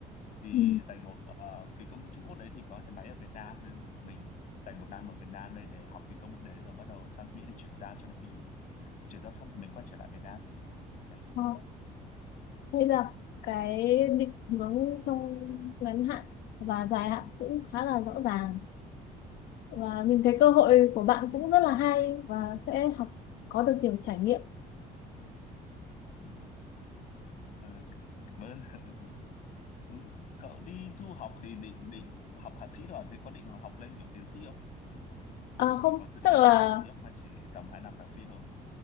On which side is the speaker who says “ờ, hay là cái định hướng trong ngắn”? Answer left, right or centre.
Left